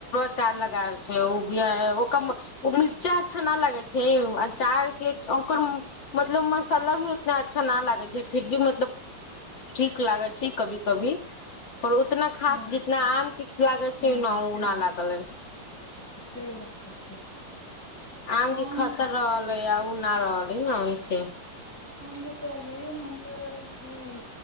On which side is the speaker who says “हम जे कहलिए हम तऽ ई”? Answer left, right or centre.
Centre